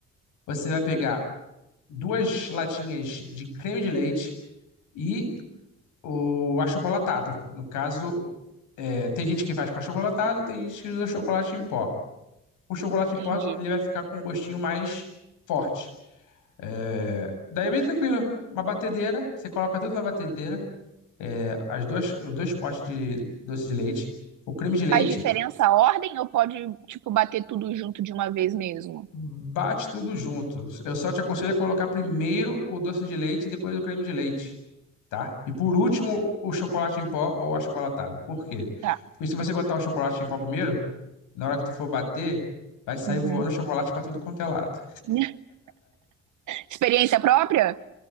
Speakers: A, on the left (about 90°); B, on the right (about 75°).
A: Você vai pegar duas latinhas de creme de leite e o achocolatado. No caso, é, tem gente que faz com achocolatado, tem gente que usa chocolate em pó. O chocolate em
B: Entendi.
A: pó, ele vai ficar com um gostinho mais forte. É, daí é bem tranquilo. Uma batedeira, você coloca tudo na batedeira, é, as duas, os dois potes de doce de leite, o creme de leite
B: Faz diferença a ordem ou pode, tipo, bater tudo junto de uma vez mesmo?
A: Bate tudo junto. Eu só te aconselho a colocar primeiro o doce de leite e depois o creme de leite, tá? E por último, o chocolate em pó ou achocolatado. Por quê?
B: Tá.
A: Porque se você botar o chocolate em pó primeiro, na hora que tu for bater, vai sair
B: Uhum.
A: voando chocolate para tudo quanto é lado. <laughs>
B: <laughs> Experiência própria?